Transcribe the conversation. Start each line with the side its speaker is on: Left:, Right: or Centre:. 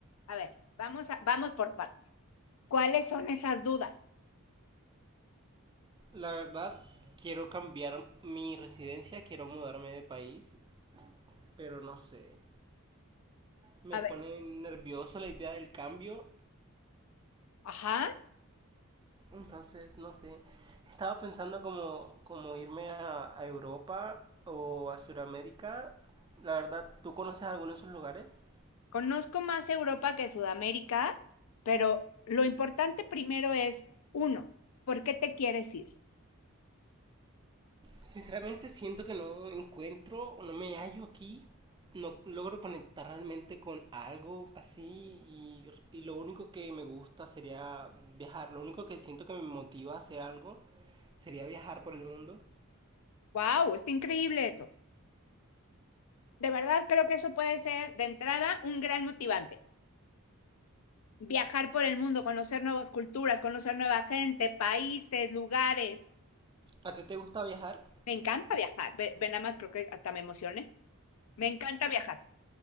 Left: A ver, vamos a, vamos por partes. ¿Cuáles son esas dudas?
Right: La verdad, quiero cambiar mi residencia, quiero mudarme de país, pero no sé. Me
Left: A
Right: pone
Left: ver,
Right: nervioso la idea del cambio
Left: ajá,
Right: Entonces, no sé, estaba pensando como, como irme a, a Europa o a Sudamérica. La verdad, ¿tú conoces alguno de esos lugares?
Left: conozco más Europa que Sudamérica, pero lo importante primero es, uno, ¿por qué te quieres ir?
Right: Sinceramente siento que no encuentro o no me hallo aquí. No logro conectar realmente con algo así y, y lo único que me gusta sería viajar. Lo único que siento que me motiva a hacer algo sería viajar por el mundo.
Left: ¡Wow! Está increíble eso. De verdad creo que eso puede ser, de entrada, un gran motivante. Viajar por el mundo, conocer nuevas culturas, conocer nueva gente, países, lugares.
Right: ¿A ti te gusta viajar?
Left: Me encanta viajar. Ve, ve nada más, creo que hasta me emocioné. Me encanta viajar.